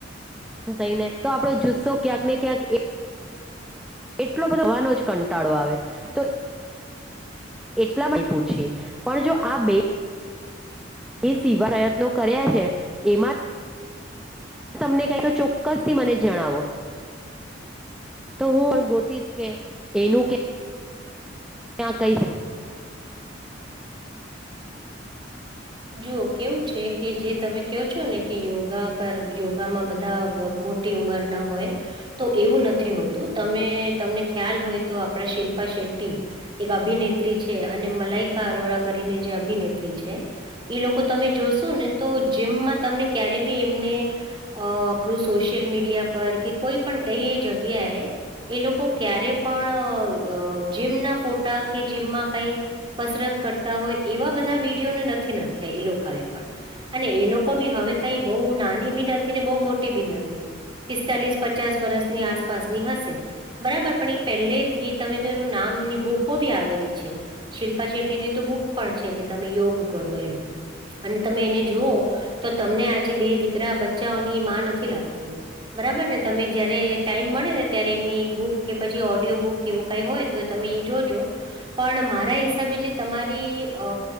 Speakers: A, in the centre; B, on the right.
A: થઈને તો આપડો જુસ્સો ક્યાંક ને ક્યાંક એટલો બધો હવાનો જ કંટાળો આવે તો એટલામાં પૂછી પણ જો આ બે
B: હમ
A: એ સીવા પ્રયત્નો કર્યા છે એમાં તમને કઈક ચોક્કસ થી મને જણાવો તો હું પણ ગોતીશ કે એનું કે ક્યાં કૈ
B: જુઓ કેવું છે કે જે તમે કહો છો ને કે યોગા કર યોગામાં બધા મો ટ્યુમર ના હોય તો એવું નથી હોતું તમે તમને ખ્યાલ હોય તો આપણા શિલ્પા શેટ્ટી એક અભિનેત્રી છે અને મલાઈકા અરોરા કરીને જે અભિનેત્રી છે એ લોકો તમે જોશો ને તો જીમમાં તમને ક્યારે બી એમને અ આપણું સોશિયલ મીડિયા પર કે કોઈ પણ કઈ એ જગ્યાએ એ લોકો ક્યારે પણ જીમ ના ફોટા કે જીમમાં કઈ કસરત કરતા હોય એવા બધા વિડીયોને નથી નાખ્યા એ લોકોએ પણ અને એ લોકો બી હવે કઈ બહુ નાની બી નથી ને બહુ મોટી બી નથી. પિસ્તાલીસ પચાસ વર્ષની આસપાસની હશે. બરાબર પણ એ પહેલે થી તમે તો એનું નામ એમની બુકો બી આવેલી છે. શિલ્પા શેટ્ટીની તો બુક પણ છે કે તમે યોગ કરો એમ અને તમે એને જુઓ તો તમને આજે બે દીકરા બચ્ચાઓની માં નથી લાગતી બરાબર ને તમે જયારે ટાઈમ મળે ને ત્યારે એમની એક બુક કે પછી ઓડિયો બુક કેવું કઈ હોય તો તમે જોજો પણ મારા હિસાબે જે તમારી અ